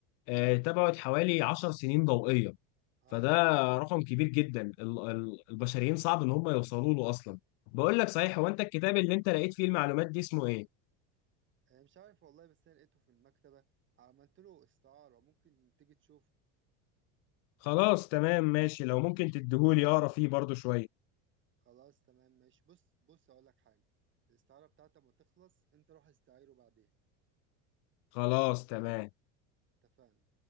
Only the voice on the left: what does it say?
آه تبعد حوالي 10 سنين ضوئية
فده رقم كبير جدا ال- ال- البشريين صعب ان هم يوصلوا له اصلا بقول
لك
صحيح هو انت الكتاب اللي انت لقيت فيه المعلومات دي اسمه ايه
خلاص تمام ماشي لو ممكن تديهولي اقرا فيه برضو شوية
خلاص تمام